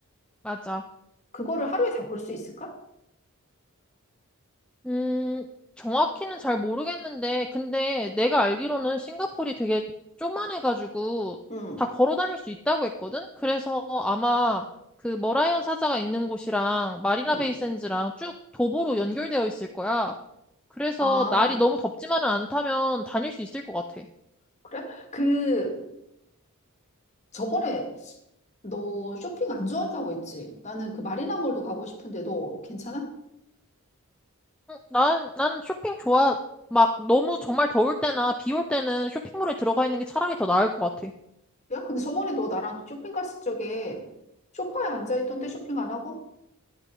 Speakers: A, in the centre; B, on the left (about 30°).
A: 맞아.
B: 그거를 하루에 다 볼 수 있을까?
A: 음, 정확히는 잘 모르겠는데 근데 내가 알기로는 싱가포르이 되게 쪼만해가지고
B: 응,
A: 다 걸어 다닐 수 있다고 했거든. 그래서 아마 그 머라이언 사자가 있는 곳이랑 마리나
B: 응.
A: 베이 샌즈랑 쭉 도보로 연결되어 있을 거야. 그래서
B: 아,
A: 날이 너무 덥지만은 않다면 다닐 수 있을 것 같아.
B: 그래? 그 저번에 너 쇼핑 안 좋아한다고 했지? 나는 그 마리나몰도 가고 싶은데 너 괜찮아?
A: 응, 난, 난 쇼핑 좋아. 막 너무 정말 더울 때나 비 올 때는 쇼핑몰에 들어가 있는 게 차라리 더 나을 것 같아.
B: 야, 근데 저번에 너 나랑 쇼핑 갔을 적에 쇼파에 앉아 있던데 쇼핑 안 하고?